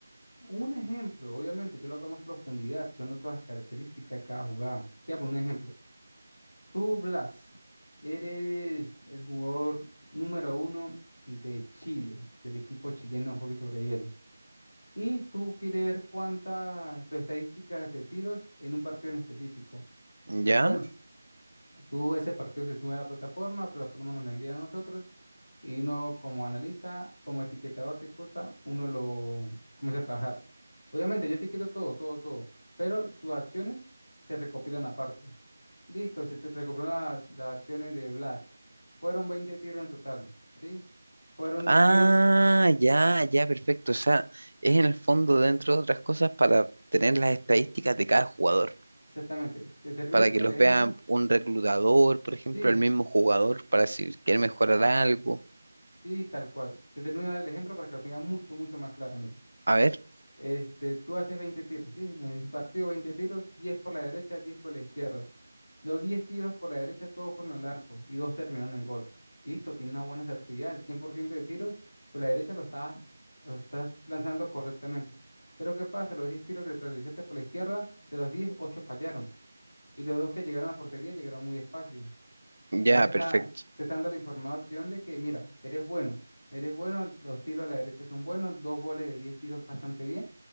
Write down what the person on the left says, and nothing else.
Un ejemplo, obviamente, yo lo hago a más profundidad, yo noto las características de cada jugada. Te voy a poner un ejemplo. Tú, Blas, eres el jugador número uno de Chile, del equipo chileno de hockey sobre hielo. Y tú quieres ver cuántas tus estadísticas de tiros en un partido en específico.
Bueno, tú ese partido se sube a la plataforma, la plataforma nos la envía a nosotros y uno como analista, como etiquetador, disculpa, uno lo comienza a trabajar. Obviamente, yo etiqueto todo, todo, todo, pero sus acciones se recopilan aparte. Listo, se te recopilan la- las acciones de Blas. Fueron 20 tiros en total, ¿sí? Fueron
10
exactamente. ¿Te termino
de explicar
el
ejemplo?
Sí,
sí, tal cual. Te termino de dar el ejemplo para que lo tenga mucho, mucho más claro, mira.
Este, tú haces 20 tiros, ¿sí? En un partido 20 tiros, 10 por la derecha, 10 por la izquierda. Los 10 tiros por la derecha todos fueron al arco y dos terminaron en gol. Listo, tiene una buena certidumbre. El 100% de tiros por la derecha lo estás, lo estás lanzando correctamente. Pero ¿qué pasa? Los 10 tiros que realizaste por la izquierda, de los diez 8 fallaron. Y los dos que llegaron a la portería llegaron muy despacio.
Ahí te
está, te está dando la información de que, mira, eres bueno, eres bueno, los tiros a la derecha son buenos, dos goles de 10 tiros bastante bien,